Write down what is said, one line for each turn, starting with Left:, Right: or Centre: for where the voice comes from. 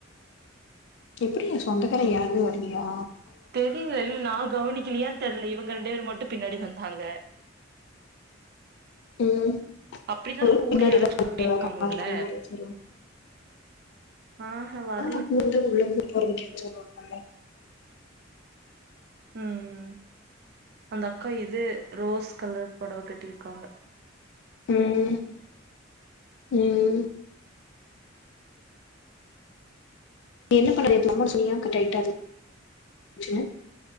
Left: எப்படியா சொந்தக்காரங்க யாருமே வர்லையா
Right: தெரியலல் நா கவனிக்கலையா தெர்ல இவுங்க ரெண்டு பேரு மட்டு பின்னாடி வந்தாங்க
Left: ம்
Right: அப்டினாலு
Left: ஒரு
Right: கூட
Left: பின்னாடி
Right: யாராச்சு
Left: <inaudible> கார்ல்
Right: கூட்டிட்டு போணுல்ல
Left: அந்த மாதிரி வச்சருந்தாங்க
Right: ஆ ஹா வர்
Left: <inaudible>
Right: ம் ம் அந்த அக்கா இது ரோஸ் கலர் பொடவ கட்டியிருக்காங்க
Left: ம் ம் நீ என்ன பண்ணது <inaudible> டைட்டாருக்கு பிரச்சன